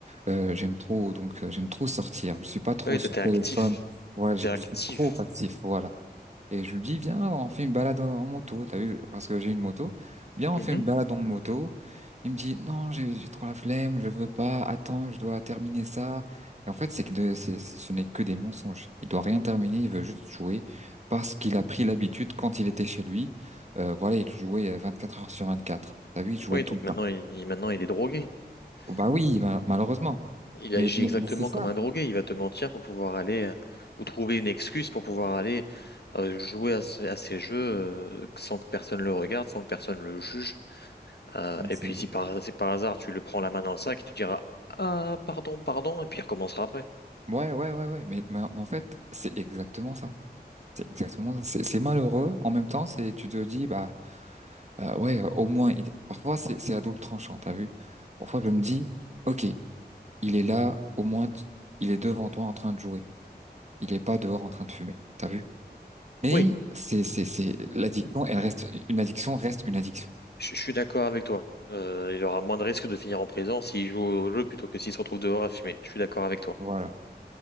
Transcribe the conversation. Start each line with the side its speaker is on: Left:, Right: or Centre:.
Right: Euh, j'aime trop, donc euh, j'aime trop sortir. Je suis pas trop
Left: Oui, t'étais
Right: sur
Left: actif.
Right: le téléphone. Voilà, je,
Left: T'es actif.
Right: je suis trop passif, voilà. Et je lui dis, viens, on fait une balade en, en moto. T'as vu, parce que j'ai une moto. Viens,
Left: Mhm.
Right: on fait une balade en moto. Il me dit, non, j'ai j'ai trop la flemme, je veux pas. Attends, je dois terminer ça. Et en fait, c'est que de, c'est, ce n'est que des mensonges. Il doit rien terminer, il veut juste jouer parce qu'il a pris l'habitude quand il était chez lui. Euh, voilà, il jouait euh, quatre heures sur vingt-quatre T'as vu, il jouait
Left: Oui,
Right: tout
Left: donc
Right: le temps.
Left: maintenant il, il- maintenant, il est drogué.
Right: Bah oui,
Left: Il,
Right: ma- malheureusement.
Left: il
Right: Mais,
Left: agit
Right: mais-
Left: exactement
Right: mais c'est ça.
Left: comme un drogué. Il va te mentir pour pouvoir aller euh, ou trouver une excuse pour pouvoir aller euh, jouer à, ce- à ces jeux euh, sans que personne le regarde, sans que personne le juge. Euh, et
Right: C'est-
Left: puis si par, si par hasard tu le prends la main dans le sac, il te dira Ah, pardon, pardon, et puis il recommencera après.
Right: Ouais, ouais, ouais, ouais. Mais, mais, mais en fait, c'est exactement ça. C'est exactement ça. C'est c'est malheureux. En même temps, c'est, tu te dis, bah, euh, ouais, euh, au moins, il- parfois, c'est, c'est à double tranchant, t'as vu? Parfois, je me dis, OK, il est là, au moins, t- il est devant toi en train de jouer. Il est pas dehors en train de fumer, t'as vu? Mais
Left: Oui,
Right: c'est, c'est, c'est, l'addiction, elle reste, une addiction reste une addiction.
Left: je, je suis d'accord avec toi. Euh, il aura moins de risques de finir en prison s'il joue au jeu plutôt que s'il se retrouve dehors à fumer. Je suis d'accord avec toi.
Right: Voilà.